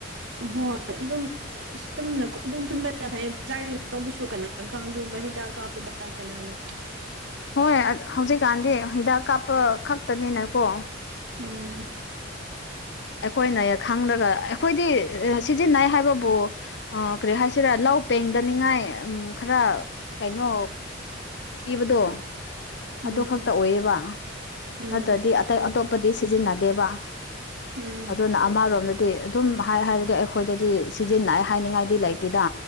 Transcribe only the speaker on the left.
ꯍꯣꯏ ꯍꯧꯖꯤꯛꯀꯥꯟꯗꯤ ꯍꯤꯗꯥꯛ ꯀꯥꯞꯄ ꯈꯛꯇꯅꯤꯅꯀꯣ
ꯑꯩꯈꯣꯏꯅ ꯈꯪꯗꯒ ꯑꯩꯈꯣꯏꯗꯤ ꯁꯤꯖꯤꯟꯅꯩ ꯍꯥꯏꯕꯕꯨ ꯑ ꯀꯔꯤ ꯍꯥꯏꯁꯤꯔꯥ ꯂꯧ ꯄꯦꯡꯗꯅꯤꯡꯉꯥꯏ ꯎꯝ ꯈꯔ ꯀꯩꯅꯣ ꯄꯤꯕꯗꯣ ꯑꯗꯨ
ꯈꯛꯇ ꯑꯣꯏꯌꯦꯕ
ꯅꯠꯇ꯭ꯔꯗꯤ ꯑꯇꯩ ꯑꯇꯣꯞꯄꯗꯤ ꯁꯤꯖꯤꯟꯅꯗꯦꯕ
ꯑꯗꯨꯅ ꯑꯃꯔꯣꯝꯗꯗꯤ ꯑꯗꯨꯝ ꯍꯥꯏ ꯍꯥꯏꯔꯗꯤ ꯑꯩꯈꯣꯏꯗꯗꯤ ꯁꯤꯖꯤꯟꯅꯥꯏ ꯍꯥꯏꯅꯤꯡꯉꯥꯏꯗꯤ ꯂꯩꯇꯦꯗ